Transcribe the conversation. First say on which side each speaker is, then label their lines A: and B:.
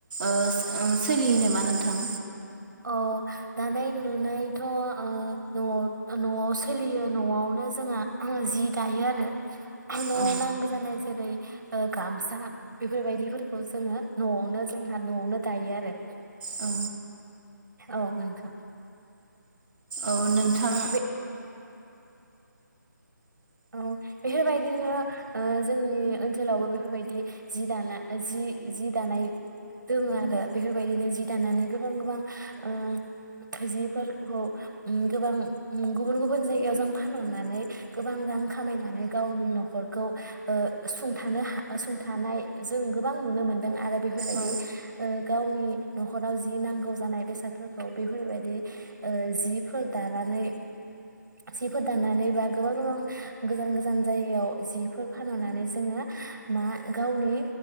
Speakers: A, on the right; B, on the right.
A: ओ सोलियो नामा नोंथां?
B: औ दानाय लुनायथ' ओ न'आव-न'आव सोलियो न'आवनो जोंहा जि दायो आरो न'आव
A: औ
B: नांगौ जानाय जेरै गामसा बेफोरबायदिफोरखौ जोङो न'आवनो जोंहा न'आवनो दायो आरो।
A: औ
B: औ नोंथां।
A: औ नोंथां
B: बे औ बेफोरबायदिनो जोंनि ओनसोलावबो बेफोरबायदि जि दाना जि-जि दानाय दङ आरो बेफोरबायदिनो जि दानानै गोबां गोबां ओ जिफोरखौ गोबां गुबुन गुबुन जायगायाव जों फानहरनानै गोबां रां खामायनानै गावनि न'खरखौ ओ सुंथानो हा सुंथानाय जों गोबां नुनो मोनदों आरो बेफोरबायदि
A: औ
B: ओ गावनि न'खराव जि नांगौ जानाय बेसादफोरखौ बेफोरबायदि ओ जिफोर दानानै जिफोर दानानै बा गोबां गोबां गोजान गोजान जायगायाव जिफोर फानहरनानै जोङो मा गावनि